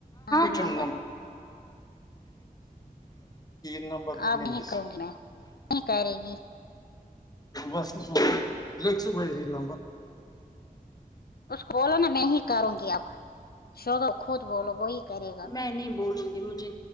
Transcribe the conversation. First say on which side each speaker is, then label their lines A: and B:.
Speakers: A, on the left (about 85°); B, on the left (about 25°).
A: ہے نمبر
B: کیل نمبر دنمے
A: آپ نہیں
B: بس
A: کروں گی میں نہیں کرے گی
B: <unintelligible>
A: اس کو بولو نا میں ہی کروں گی اب چھوڑو خود بولو وہی کرے گا
B: میں نہیں بولوں گی مجھے